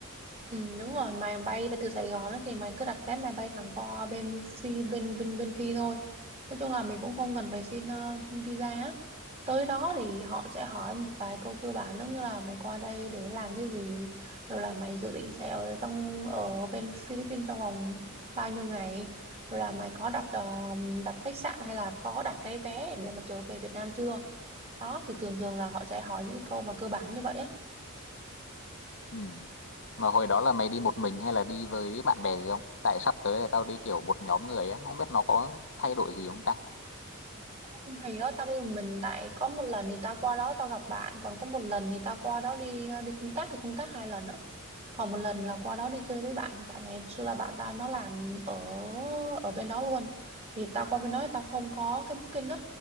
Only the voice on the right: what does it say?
Ừ, đúng rồi mày bay từ Sài Gòn đó thì mày cứ đặt vé mày bay thẳng qua bên phi bên bên bên phi thôi nói chung là mình cũng không cần phải xin ờ, visa á tới đó thì họ sẽ hỏi một vài câu cơ bản giống như là mày qua đây để làm cái gì rồi là mày dự định sẽ ở trong ở bên Philippines trong vòng bao nhiêu ngày rồi là mày có đặt ờ, đặt khách sạn hay là có đặt cái vé để mà trở về Việt Nam chưa đó thì thường thường là họ sẽ hỏi những câu mà cơ bản như vậy á
Không hay đó tao đi một mình tại có một lần thì tao qua đó tao gặp bạn còn có một lần thì tao qua đó đi ờ, đi công tác thì công tác hai lần đó còn một lần là qua đó đi chơi với bạn tại ngày xưa là bạn tao nó làm ở ở bên đó luôn thì tao qua bên đó thì tao không có cái booking đó